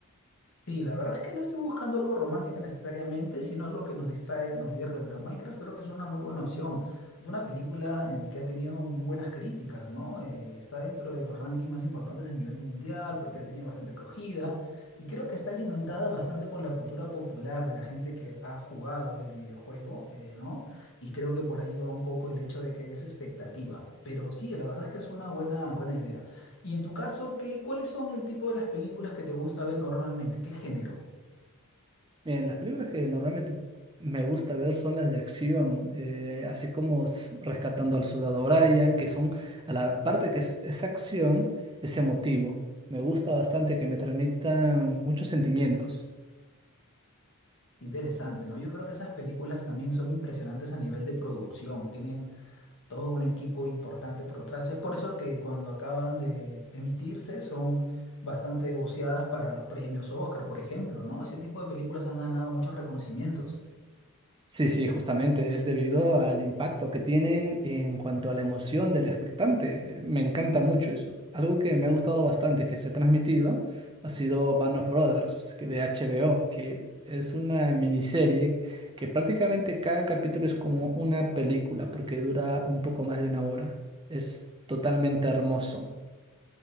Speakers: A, on the left; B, on the right.
A: Sí, la verdad es que no estoy buscando algo romántico necesariamente, sino algo que nos distraiga, nos divierta, pero Minecraft creo que es una muy buena opción. Es una película eh, que ha tenido muy buenas críticas, ¿no? Eh, está dentro de los rankings más importantes a nivel mundial porque ha tenido bastante acogida y creo que está alimentada bastante por la cultura popular de la gente que ha jugado el videojuego, eh, ¿no? Y creo que por ahí va un poco el hecho de que hay esa expectativa. Pero sí, la verdad es que es una buena, buena idea. Y en tu caso, ¿qué, cuáles son el tipo de las películas que te gusta ver normalmente? ¿Qué género?
B: Bien, las películas que normalmente me gusta ver son las de acción, eh, así como s- Rescatando al Soldado Brian, que son, a la parte que es, es acción, es emotivo. Me gusta bastante que me transmitan muchos sentimientos.
A: Interesante, ¿no? Yo creo que esas películas también son impresionantes a nivel de producción, tienen todo un equipo importante por detrás. Es por eso que cuando acaban de emitirse son bastante voceadas para los premios Oscar, por ejemplo, ¿no? Ese tipo de películas han ganado muchos reconocimientos.
B: Sí, sí, justamente es debido al impacto que tienen en cuanto a la emoción del expectante. eh, Me encanta mucho, es algo que me ha gustado bastante que se ha transmitido, ha sido Band of Brothers que de HBO, que es una miniserie que prácticamente cada capítulo es como una película porque dura un poco más de una hora. Es totalmente hermoso.